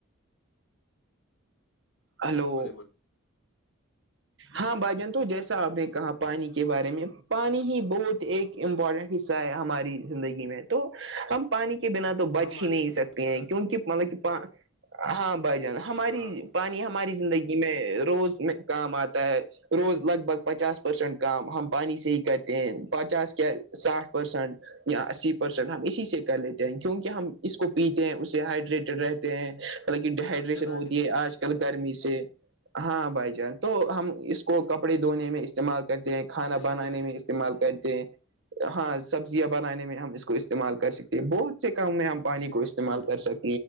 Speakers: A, on the right; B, on the left.
A: ہلو
B: بولے بولے
A: ہاں بھائیجن تو جیسا آپ نے کہا پانی
B: اب
A: کے بارے میں پانی ہی بہت ایک امپورٹنٹ حصہ ہے ہماری زندگی میں تو ہم پانی کے بنا تو تو بچ
B: ہماری
A: ہی نہیں
B: زندگی
A: سکتے ہیں
B: کا
A: کیونک مطلب کہ پ ہاں بائی جان ہماری
B: ہاں
A: پانی ہماری زندگی میں روز میں کام آتا ہے روز لگ بھگ پچاس پرسنٹ کام ہم پانی سے ہی کرتے ہیں پچاس کے ساٹھ پرسنٹ اسی پرسینٹ ہم اس سے کر لیتے ہیں کیونکہ ہم اس کو پیتے ہیں اس سے ہائڈریٹڈ رہتے ہیں مل کہ ڈیہائڈریشن
B: زندہ
A: ہوتی
B: ہی نہیں
A: ہے آج کل گرمی سے ہاں بھائی جان تو ہم اس اس کو کپڑے دھونے میں استعمال کرتے ہیں کھانا
B: زندہ ہی
A: بنانے
B: نہیں رہ
A: میں
B: سکتے
A: استعمال کرتے ہیں ہاں سبزیاں بنانے میں ہم اس کو استعمال کر سکتے ہیں بہت سے کام میں ہم پانی
B: جی
A: کو استعمال
B: بالکل
A: کر سکتے